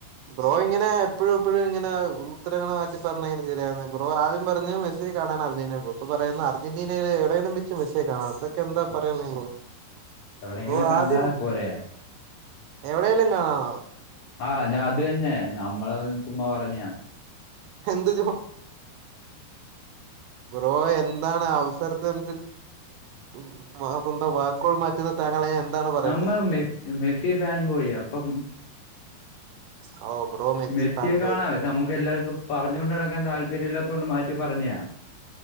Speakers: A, on the right; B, on the left.
A: ബ്രോ ഇങ്ങനെ എപ്പോഴും എപ്പോഴും ഇങ്ങനെ ഉത്തരങ്ങളെ മാറ്റി പറഞ്ഞ ഇങ്ങനെ ശരിയാവ്ന്ന ബ്രോ ആദ്യം പറഞ്ഞു സ്സിയെ കാണാൻ അർജൻ്റീന പോ പ്പ പറയുന്ന് അർജന്റീനയിലെ എടെലും വെച്ച് മെസ്സിയെ കാണാം തൊക്കെ എന്താ പറയുന്നെ ബ്രോ.
B: എവിടെയെങ്കിലും
A: ബ്രോ
B: കണ്ടാ
A: ആദ്യം
B: പോരെ
A: എവിടെെലും കാണാന
B: ആഹ് ഞാ അത് തന്നെ നമ്മള് ചുമ്മാ പറഞ്ഞാ.
A: എന്ത് ബ്രോ എന്താണ് ആവശ്യം <unintelligible> സ്വന്തം വാക്കുകൾ മാറ്റുന്ന താങ്കളെ എന്താണ് പറയണ്ടേ
B: നമ്മ മെ മെസ്സി ഫാൻ ബോയി അപ്പം
A: ഓ ബ്രോ മെസ്സി
B: മെസിയെ
A: ഫാൻ
B: കാണാ
A: ബോയ്
B: വച്ച ഇത് നമുക്കെല്ലാർക്കും പറഞ്ഞോണ്ട് നടക്കാൻ താല്പര്യം ഇല്ലാതോണ്ട് മാറ്റി പറഞ്ഞാ